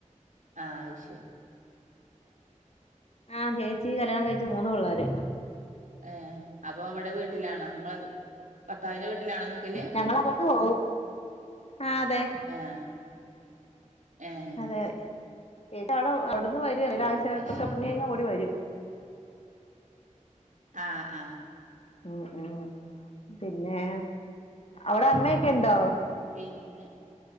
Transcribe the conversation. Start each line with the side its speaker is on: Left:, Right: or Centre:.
Right: ആഹ് അയ്ശെരി
Left: ആഹ് ചേച്ചി കല്യാണം കഴിച്ചു മൂന്ന് പിള്ളാര്
Right: ഏഹ് അപ്പൊ ഇവടെ വീട്ടിലാണോ നിങ്ങളെ ഭർത്താവിന്റെ വീട്ടിലാണോ? നിക്കല്
Left: ഞങ്ങളങ്ങട്ട് പോവും ആഹ് അതെ
Right: ഏഹ് ഏഹ്
Left: അതെ ചേച്ചി അടെ അവിടുന്ന് വേരും എന്ത് ആവശ്യമായിട്ടൊക്കെ
Right: അത് ശരി
Left: പർഞ്ഞാ കഴിഞ്ഞാൽ ഓടി വരും
Right: ആഹ് ആഹ്
Left: ഉം ഉം പിന്നെ ഔടെ അമ്മേക്കെ ഇണ്ടോ?
Right: പിന്നെ